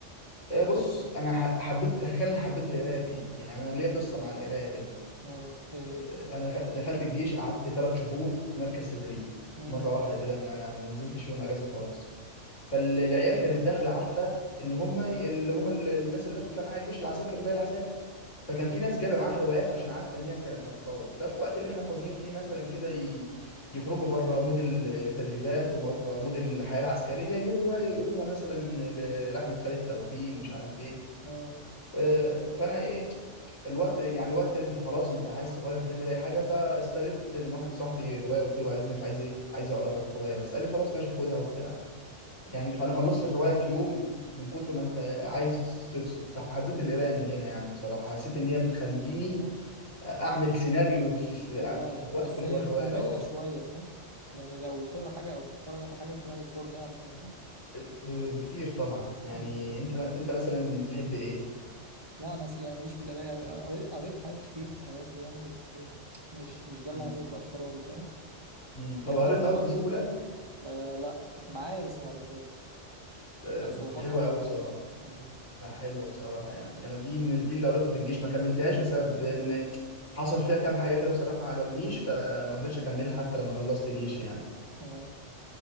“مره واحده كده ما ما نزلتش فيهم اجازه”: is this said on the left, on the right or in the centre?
Left